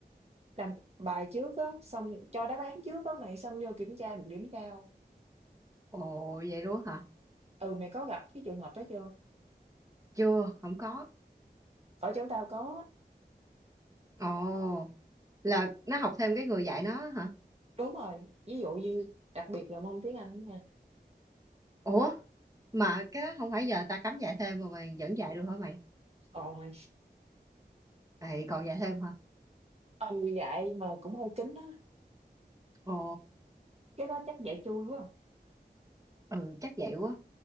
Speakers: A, on the right; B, on the right.
A: làm bài trước á xong cho đáp án trước á mày xong vô kiểm tra được điểm cao.
B: Ồ vậy luôn hả?
A: Ừ mày có gặp cái trường hợp đó chưa?
B: Chưa, không có.
A: Ở chỗ tao có.
B: Ồ, là nó học thêm cái người dạy nó hả?
A: Đúng rồi. Ví dụ như đặc biệt là môn tiếng Anh đó nha.
B: Ủa, mà cái đó không phải giờ người ta cấm dạy thêm mà mày vẫn dạy được hả mày?
A: Còn mày
B: Ê, còn dạy thêm hả?
A: Ừ, vậy mà cũng hơi kín á,
B: Ồ,
A: cái đó chắc giả trui, đúng
B: ừ chắc vậy quá.